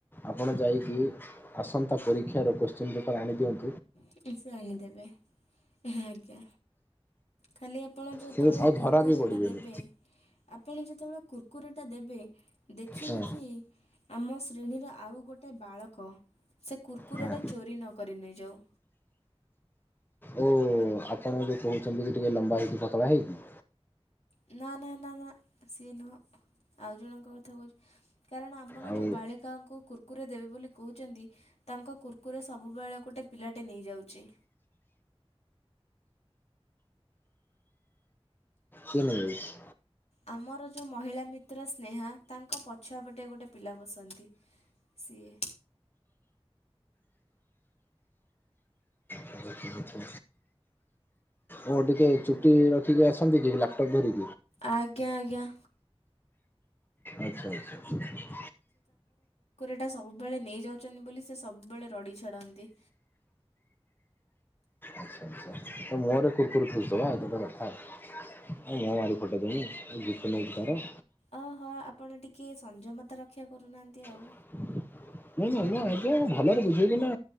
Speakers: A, on the left; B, on the left.
A: ଆପଣ ଯାଇକି ଆସନ୍ତା ପରୀକ୍ଷାର କୋଶ୍ଚିନ୍ ପେପର୍ ଆଣିଦିଅନ୍ତୁ।
B: କିଏ ସେ ଆଣିଦେବେ ଆଜ୍ଞା। ଖାଲି ଆପଣ ଯେତେବେଳେ
A: କିନ୍ତୁ ଆଉ
B: କୁୁରକୁରେଟା
A: ଧରା ବି ପଡ଼ିବେନି
B: ଦେବେ ଆପଣ ଯେତେବେଳେ କୁୁରକୁରେଟା ଦେବେ ଦେଖିବେ
A: ହଁ
B: କି ଆମ ଶ୍ରେଣୀରେ ଆଉ ଗୋଟେ ବାଳକ ସେ କୁର୍କୁରଟା
A: ହଁ
B: ଚୋରି ନ କରି ନେଇଯାଉ।
A: ଓ ଆପଣ ଯେଉଁ କହୁଛନ୍ତି କି ଟିକେ ଲମ୍ବା ହେଇକି ପତଲା ହେଇକି
B: ନା ନା ନା ନା ସିଏ ନୁହଁ ଆଉ ଜଣଙ୍କ କଥା କହୁଛି ହ। କାରଣ ଆପଣ
A: ଆଉ
B: ଯୋଉ ବାଳିକାଙ୍କୁ କୁର୍କୁରେ ଦେବେ ବୋଲି କହୁଛନ୍ତି ତାଙ୍କ କୁର୍କୁରେ ସବୁବେଳେ ଗୋଟେ ପିଲାଟେ ନେଇଯାଉଛି।
A: କିଏ ନେଇ ଯାଉଚି?
B: ଆମର ଯେଉଁ ମହିଳା ମିତ୍ର ସ୍ନେହା ତାଙ୍କ ପଛ ପଟେ ଗୋଟେ ପିଲା ବସେ। ସିଏ।
A: ନେଇଯାଉଛି ଓ ଟିକେ ଚୁଟି ରଖିକି ଆସନ୍ତି କି ଲାପଟପ୍ ଧରିକି।
B: ଆଜ୍ଞା ଆଜ୍ଞା।
A: ଆଛା ଆଛା।
B: ଟା ସବୁବେଳେ ନେଇ ଯାଉଛନ୍ତି ବୋଲି ସେ ସବୁବେଳେ ରଡି ଛାଡନ୍ତି।
A: ଆଚ୍ଛା ଆଚ୍ଛା ତା ମୁହଁରେ କୁୁରକୁର ଠୁସି ଦବା ଏଇଟା ଗୋଟେ କଥା। ଆଉ ମୁଅ ମାରି ଫଟେଇ ଦେବି <unintelligible> ତାର।
B: ଓହୋ ଆପଣ ଟିକେ ସଂଯମତା ରକ୍ଷା କରୁନାହାନ୍ତି। ଆଉ।
A: ନାଇଁ ନାଇଁ ମୁଁ ଆଗ ଭଲରେ ବୁଝେଇଲି ନା।